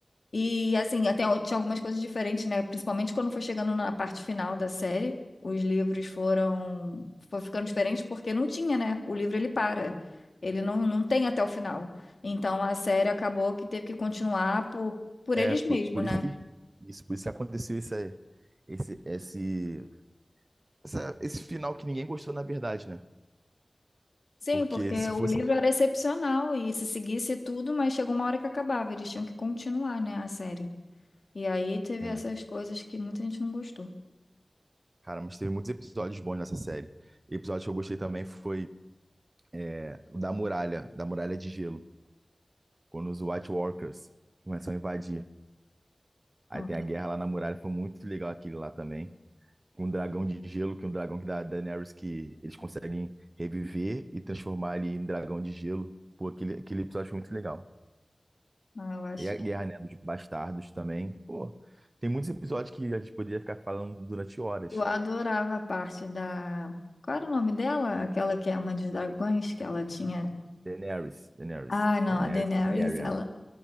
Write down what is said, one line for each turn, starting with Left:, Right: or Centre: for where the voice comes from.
Left: E assim, até o- tinha algumas coisas diferentes, né? Principalmente quando foi chegando na parte final da série, os livros foram, foi ficando diferentes porque não tinha, né? O livro ele para. Ele não, não tem até o final. Então a série acabou que teve que continuar por, por
Right: É,
Left: eles
Right: por,
Left: mesmos,
Right: por
Left: né?
Right: isso que isso, por isso que aconteceu isso aí. Esse, esse, essa- esse final que ninguém gostou, na verdade, né?
Left: Sim,
Right: Porque
Left: porque
Right: se
Left: o
Right: fosse.
Left: livro era excepcional e se seguisse tudo, mas chegou uma hora que acabava, eles tinham que continuar, né, a série. E aí teve
Right: É,
Left: essas coisas que muita gente não gostou.
Right: cara, mas teve muitos episódios bons nessa série. Episódio que eu gostei também foi é, o da muralha, da muralha de gelo, quando os White Walkers começam a invadir.
Left: Então,
Right: Aí tem
Left: tô-
Right: a guerra lá na muralha, foi muito legal aquele lá também. Com o dragão de gelo, que é um dragão que da Daenerys que eles conseguem reviver e transformar ele em dragão de gelo. Pô, aquele, aquele episódio foi muito legal.
Left: ah, eu acho
Right: E a
Left: que
Right: Guerra, né, dos Bastardos também. Pô, tem muitos episódios que a gente poderia ficar falando durante horas.
Left: Eu adorava a parte da. Qual era o nome dela? Aquela que é a mãe dos dragões, que ela tinha.
Right: Daenerys, Daenerys,
Left: Ah, não,
Right: Daenerys
Left: a Daenerys,
Right: Targaryen.
Left: ela,